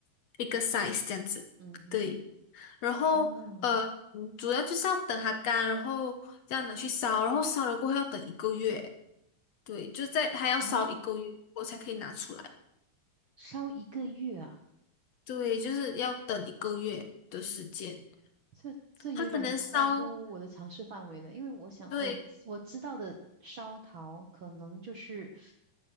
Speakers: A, on the left (about 60°); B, on the right (about 60°).
A: 一个 size 这样子，
B: 嗯哼，
A: 对。然后呃，
B: 哦
A: 嗯主要就是要等它干，然后这样拿去烧，然后烧了过后要等一个月，对，就在还要烧一个月，
B: 啊，
A: 我才可以拿出来。
B: 烧一个月啊，
A: 对，就是要等一个月的时间。
B: 这这有点超乎我的尝试范围了。
A: 他可能烧，
B: 因为我想，
A: 对，
B: 我我知道的烧陶可能就是。